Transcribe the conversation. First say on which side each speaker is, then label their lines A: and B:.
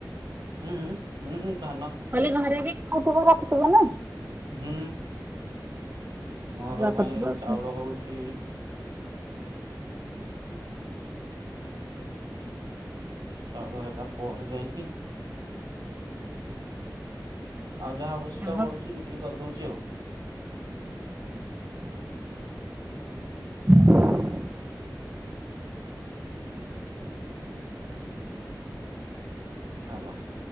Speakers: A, on the right (about 80°); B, on the right (about 25°).
A: ଉଁ ଉଁ ଉଁ ଧାନ
B: କହିଲି ଘରେ ବି ଖାଉଥୁବ ରଖୁଥୁବ ନା?
A: ହୁଁ ଘର
B: ଅରୁଆ
A: ପାଇଁ
B: କରୁଥିବ
A: ଚାଉଳ ହୋଉଚି। ଚାଉଳ ହେଲା ପରେ ଯାଇଁକି ଆଉ ଯାହା ଆବଶ୍ୟତା
B: ଆଗ
A: ବଢୁଚି ବିକ୍ରି କରିଦୋଉଚି ଆଉ।
B: ଉଁହୁଁ। ହ
A: ହାଲୋ।